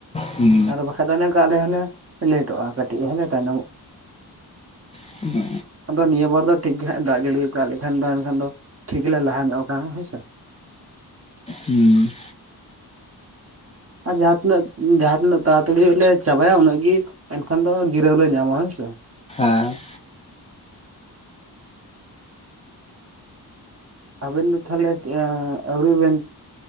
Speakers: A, on the left; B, on the right.
A: ᱦᱩᱸ
B: ᱟᱨ ᱵᱟᱠᱷᱟᱡ ᱫᱚ ᱚᱱᱮ ᱚᱱᱠᱟ ᱟᱞᱮ ᱦᱚᱸᱞᱮ ᱞᱮᱴᱚᱜᱼᱟ ᱠᱟᱹᱴᱤᱡ ᱦᱚᱸᱞᱮ ᱛᱟᱭᱱᱚᱢᱚᱜᱼᱟ᱾
A: <unintelligible>
B: ᱟᱫᱚ ᱱᱤᱭᱟᱹ ᱵᱚᱨ ᱫᱚ ᱴᱷᱤᱠ ᱜᱮ ᱦᱟᱸᱜ ᱫᱟᱜ ᱡᱟᱹᱲᱤ ᱠᱟᱜ ᱞᱮᱠᱷᱟᱱ ᱫᱚ ᱮᱱᱠᱷᱟᱱ ᱫᱚ ᱴᱷᱤᱠ ᱜᱮᱞᱮ ᱞᱟᱦᱟ ᱧᱚᱜ ᱠᱟᱱᱟ ᱦᱳᱭᱥᱮ᱾
A: ᱦᱩᱸ
B: ᱟᱨ ᱡᱟᱦᱟᱸ ᱛᱤᱱᱟᱹᱜ ᱡᱟᱦᱟᱸ ᱛᱤᱱᱟᱹᱜ ᱛᱟᱲᱟᱛᱟᱲᱤ ᱞᱮ ᱪᱟᱵᱟᱭᱟ ᱩᱱᱟᱹᱜ ᱜᱮ ᱮᱱᱠᱷᱟᱱ ᱫᱚ ᱡᱤᱨᱟᱹᱣ ᱦᱚᱞᱮ ᱧᱟᱢᱟ ᱦᱮᱸ ᱥᱮ᱾
A: ᱦᱮᱸ᱾
B: ᱟᱵᱮᱱ ᱫᱚ ᱛᱟᱦᱚᱞᱮ ᱟᱹᱣᱨᱤ ᱵᱮᱱ